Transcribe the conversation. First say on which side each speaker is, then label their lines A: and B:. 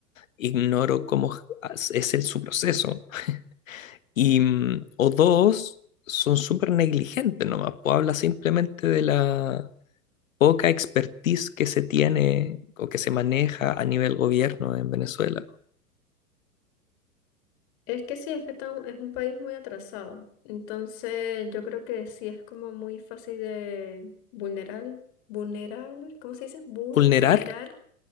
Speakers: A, on the left; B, on the left.
A: Ignoro cómo j- as- es el, su proceso Y, mm, o dos, son súper negligentes nomás, pues habla simplemente de la poca expertise que se tiene o que se maneja a nivel gobierno en Venezuela.
B: Es que sí, es que está un- es un país muy atrasado. Entonces yo creo que sí es como muy fácil de vulnerar, vulnerar, ¿cómo se dice? Vulnerar,
A: Vulnerar.